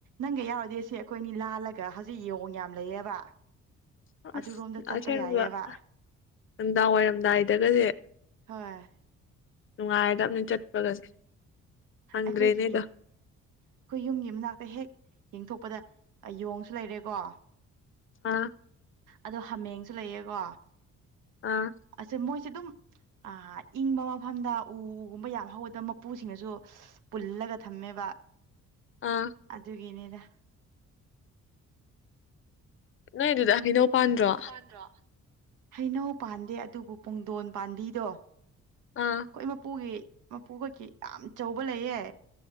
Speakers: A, on the right (about 85°); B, on the left (about 45°).
A: ꯅꯪꯒ ꯌꯥꯎꯔꯗꯤ ꯁꯤ ꯑꯩꯈꯣꯏꯅꯤ ꯂꯥꯜꯂꯒ ꯍꯧꯖꯤꯛ ꯌꯣꯡ ꯌꯥꯝ ꯂꯩꯌꯦꯕ
B: ꯑꯁ
A: ꯑꯗꯨꯔꯣꯝꯗ ꯆꯠꯄ
B: ꯑꯁꯦꯡꯕ
A: ꯌꯥꯏꯑꯕ
B: ꯅꯨꯡꯗꯥꯡ ꯋꯥꯏꯔꯝ ꯗꯥꯏꯗꯒꯥꯖꯦ
A: ꯍꯣꯏ
B: ꯅꯨꯡꯉꯥꯏꯔꯗꯧꯅꯤ ꯆꯠꯄꯒꯁꯦ ꯍꯪꯗ꯭ꯔꯦꯅꯦꯗꯣ
A: ꯑꯩꯈꯣꯏꯒꯤ ꯑꯩꯈꯣꯏ ꯌꯨꯝꯒꯤ ꯃꯅꯥꯛꯇ ꯍꯦꯛ ꯌꯦꯡꯊꯣꯛꯄꯗ ꯌꯣꯡꯁꯨ ꯂꯩꯔꯦꯀꯣ
B: ꯎꯝ
A: ꯑꯗꯣ ꯍꯥꯃꯦꯡꯁꯨ ꯂꯩꯌꯦꯀꯣ
B: ꯑꯥ
A: ꯑꯁꯦ ꯃꯣꯏꯁꯦ ꯑꯗꯨꯝ ꯑꯥ ꯏꯪꯕ ꯃꯐꯝꯗ ꯎꯒꯨꯝꯕ ꯌꯥꯝ ꯍꯧꯕꯗ ꯃꯄꯨꯁꯤꯡꯅꯁꯨ ꯄꯨꯜꯂꯒ ꯊꯝꯃꯦꯕ
B: ꯑꯥ
A: ꯑꯗꯨꯒꯤꯅꯤꯗ
B: ꯅꯣꯏ ꯑꯗꯨꯗ ꯍꯩꯅꯧ ꯄꯥꯟꯗ꯭ꯔꯣ
A: ꯍꯩꯅꯧ ꯑꯃ ꯄꯥꯟꯗꯔꯣ ꯍꯩꯅꯧ ꯄꯥꯟꯗꯦ ꯑꯗꯨꯕꯨ ꯄꯨꯡꯗꯣꯟ ꯄꯥꯟꯕꯤꯗꯣ
B: ꯑꯥ
A: ꯑꯩꯈꯣꯏ ꯃꯄꯨꯒꯤ ꯃꯄꯨꯈꯩꯒꯤ ꯌꯥꯝ ꯆꯧꯕ ꯂꯩꯌꯦ